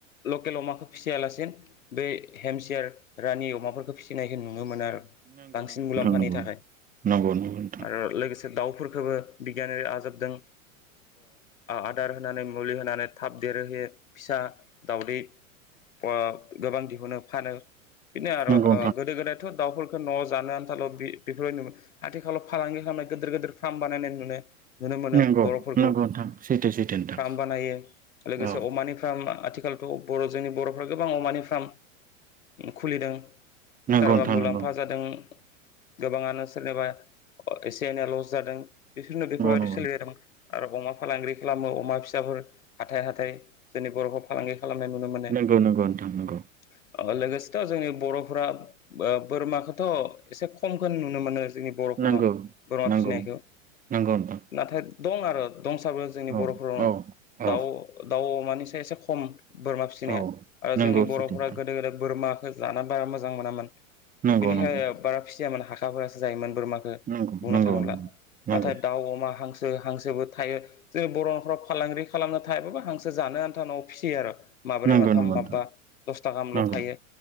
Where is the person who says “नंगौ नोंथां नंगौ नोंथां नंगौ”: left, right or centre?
Right